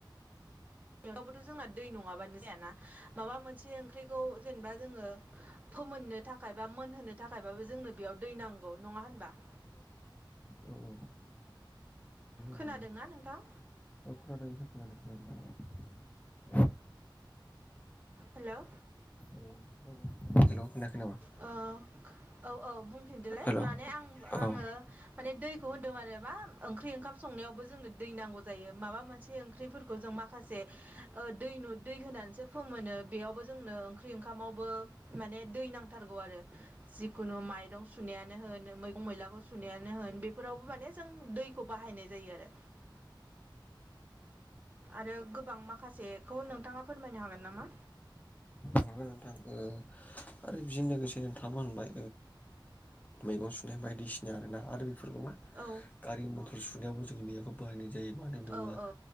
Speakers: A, on the right; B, on the left.
A: बेयावबोथ' जोंना दै नङाबानो जायाना माबा मोनसे ओंख्रिखौ जेनेबा जोङो फोमोननो थाखाय बा मोनहोनो थाखायबाबो जोंनो बेयाव दै नांगौ नङा होनबा
B: नंगौ
A: खोनादोंना
B: नंगौ
A: नोंथां?
B: औ खोनादों नोंथां खोनादों खोनादों
A: हेल'
B: औ औ हेल' खोनायाखै नामा
A: अ औ औ बुंफिनदोलाय
B: हेल'
A: माने
B: औ
A: आं आङो
B: औ
A: माने दै खौ होनदों आरो मा‌ ओंख्रि ओंखाम संनायावबो जोंनो दै नांगौ जायो माबा मोनसे ओंख्रिफोरखौ जों माखासे ओ दै नु दै होनानैसो फोमोनो बेयावबो जोंनो ओंख्रि ओंखामावबो माने दै नां थारगौ आरो जिखुनु माइरं सुनायानो होन मैगं मैलाखौ सुनाया नो होन बेफोरावबो माने जों दैखौ बाहायनाय जायो आरो आरो गोबां माखासेखौ नोंथाङा फोरमायनो हागोन नामा
B: नंगौ नोंथां ओ आरो बिजोंनो लोगोसे नोंथाबो होनबाय मैगं सुनाय बायदिसिना आरोना आरो बे फोरखौ मा
A: औ
B: गारि मथर सुनायावबो जोङो दैयाखौ बाहायनाय जायोबा दोनोबा
A: औ औ